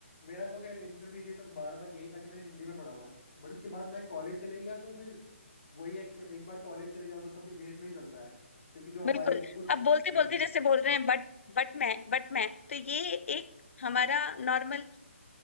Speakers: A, on the left; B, on the left.
A: मेरा तो खैर इंटरमीडिएट तक बारह तक यही था कि मैंने हिंदी में पढ़ा हुआ है बट उसके बाद मैं कॉलेज चले गया तो फिर वही एक, एक बार कॉलेज चले जाओ तो सब इंग्लिश में ही चलता है क्योंकि जो हमारी
B: बिल्कुल
A: उच्च
B: अब
A: शिक्षा
B: बोलते बोलते
A: है
B: जैसे बोल रहे हैं बट बट मैं बट मैं तो ये एक हमारा नॉर्मल